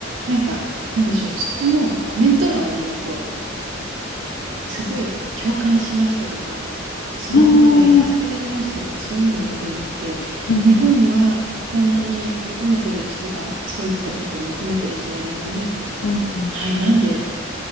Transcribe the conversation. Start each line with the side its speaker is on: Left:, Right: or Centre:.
Right: なんか、なんでしょう、そこのコメント欄を見ると、すごい共感しましたとか、その言葉に助けられましたとか、
Left: うん
Right: そういうのをよく見てて、
Left: うんうん
Right: 日本にはこんなに求めてる人が、そういったことを求めてる人がいるのに、
Left: うんうん
Right: はい、なんで、